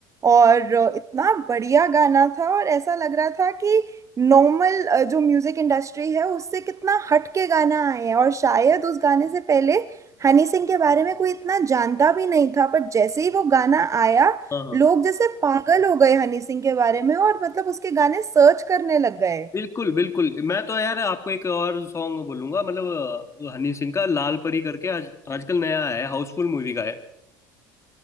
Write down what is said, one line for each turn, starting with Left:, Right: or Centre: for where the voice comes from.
Right: और अ, इतना बढ़िया गाना था और ऐसा लग रहा था कि नॉर्मल जो म्यूजिक इंडस्ट्री है उससे कितना हट के गाना आए हैं और शायद उस गाने से पहले हनी सिंह के बारे में कोई इतना जानता भी नहीं था पर जैसे ही वो गाना आया
Left: हाँ हाँ
Right: लोग जैसे पागल हो गए हनी सिंह के बारे में और मतलब उसके गाने सर्च करने लग गए
Left: बिल्कुल बिल्कुल मैं तो यार आपको एक और सॉन्ग बोलूंगा मतलब अ, हनी सिंह का लाल परी करके आज आजकल नया आया है हाउसफुल मूवी का है